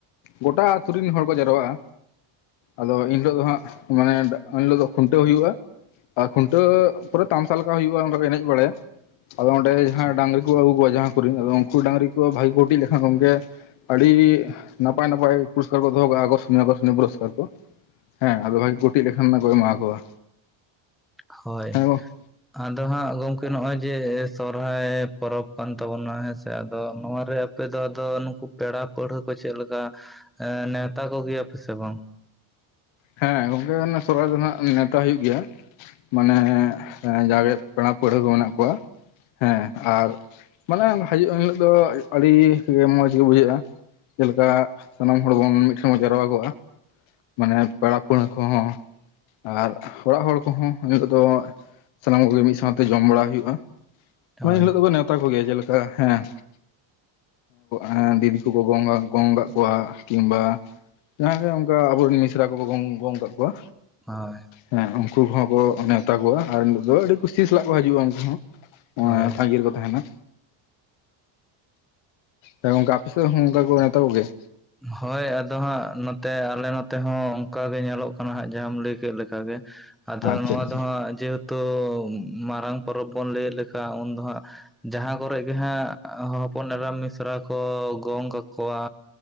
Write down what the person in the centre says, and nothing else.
ᱟᱪᱪᱷᱟ
ᱦᱳᱭ᱾
ᱟᱫᱚ ᱦᱟᱸᱜ ᱜᱚᱝᱠᱮ ᱱᱚᱜ-ᱚᱭ ᱡᱮ ᱥᱚᱨᱚᱦᱟᱭ ᱯᱚᱨᱚᱵᱽ ᱠᱟᱱ ᱛᱟᱵᱚᱱᱟ ᱦᱮᱸ ᱥᱮ ᱟᱫᱚ ᱱᱚᱣᱟ ᱨᱮ ᱟᱯᱮ ᱫᱚ ᱟᱫᱚ ᱱᱩᱠᱩ ᱯᱮᱲᱟ ᱯᱟᱹᱲᱦᱟᱹ ᱠᱚ ᱪᱮᱫ ᱞᱮᱠᱟ ᱱᱮᱣᱛᱟ ᱠᱚᱜᱮᱭᱟ ᱯᱮ ᱥᱮ ᱵᱟᱝ?
ᱦᱳᱭ
ᱦᱳᱭ᱾
ᱦᱳᱭ
ᱦᱳᱭ ᱟᱫᱚ ᱦᱟᱸᱜ ᱱᱚᱛᱮ ᱟᱞᱮ ᱱᱚᱛᱮ ᱦᱚᱸ ᱚᱝᱠᱟᱜᱮ ᱧᱮᱞᱚᱜ ᱠᱟᱱᱟ ᱦᱟᱸᱜ ᱡᱟᱦᱟᱸᱢ ᱞᱟᱹᱭ ᱠᱮᱫ ᱞᱮᱠᱟᱜᱮ᱾ ᱟᱫᱚ
ᱱᱚᱣᱟ
ᱫᱚ ᱦᱟᱸᱜ ᱡᱮᱦᱮᱛᱩ ᱢᱟᱨᱟᱝ ᱯᱚᱨᱚᱵᱽ ᱵᱚᱱ ᱞᱟᱹᱭᱮᱫ ᱩᱱ ᱫᱚ ᱦᱟᱸᱜ ᱡᱟᱦᱟᱸ ᱠᱚᱨᱮ ᱜᱮ ᱦᱟᱸᱜ ᱦᱚᱯᱚᱱ ᱮᱨᱟᱢ ᱢᱤᱥᱨᱟ ᱠᱚ ᱜᱚᱝ ᱠᱟᱠᱚᱣᱟ᱾